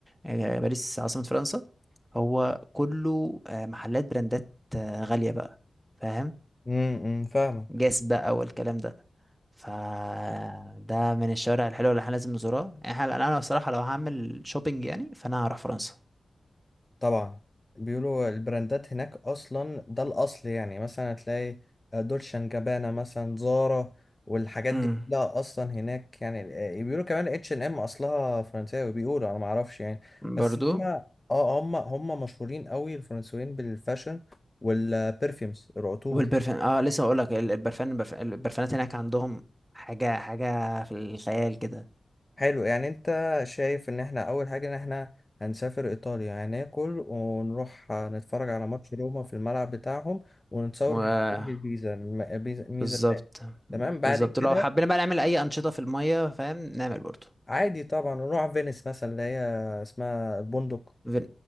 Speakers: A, in the centre; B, on the left.
A: آه، باريس عاصمة فرنسا هو كله آه، محلات براندات آه، غالية بقى فاهم
B: امم فاهمك
A: جاس بقى والكلام ده فده من الشوارع الحلوة اللي احنا لازم نزورها يعني احنا انا بصراحة لو هعمل شوبينج يعني فانا هروح فرنسا
B: طبعا بيقولوا البراندات هناك اصلا ده الاصل يعني مثلا هتلاقي آه، دولشان جابانا مثلا زارا والحاجات
A: امم
B: دي كلها اصلا هناك يعني آه، بيقولوا كمان اتش ان ام اصلها فرنساوي بيقولوا انا ما اعرفش يعني بس
A: برضو
B: هم اه هم هم مشهورين قوي الفرنسيين بالفاشن والبرفيومز العطور
A: والبرفان اه لسه اقول لك البرفان البرف- البرفانات هناك عندهم حاجة حاجة في الخيال كده
B: حلو يعني انت شايف ان احنا اول حاجة ان احنا هنسافر ايطاليا هناكل ونروح نتفرج على ماتش روما في الملعب بتاعهم ونتصور
A: و
B: جنب برج البيزا الم- بيزا- ميزة
A: بالظبط
B: ده. تمام بعد
A: بالظبط
B: كده
A: لو حبينا بقى نعمل اي انشطة في المية فاهم نعمل برضو
B: عادي طبعا نروح فينيس مثلا اللي هي اسمها البندق
A: فين...